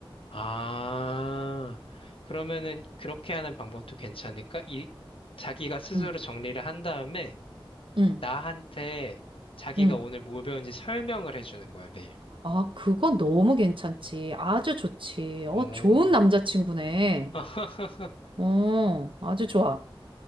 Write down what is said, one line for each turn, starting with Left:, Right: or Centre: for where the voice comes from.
Left: 아, 그러면은 그렇게 하는 방법도 괜찮을까? 이, 자기가 스스로
Right: 응,
Left: 정리를 한 다음에
Right: 응,
Left: 나한테 자기가
Right: 응.
Left: 오늘 뭘 배운지 설명을 해주는 거야, 매일.
Right: 아, 그건 너무 괜찮지. 아주 좋지. 어,
Left: 어,
Right: 좋은 남자친구네.
Left: <laughs>
Right: 어, 아주 좋아.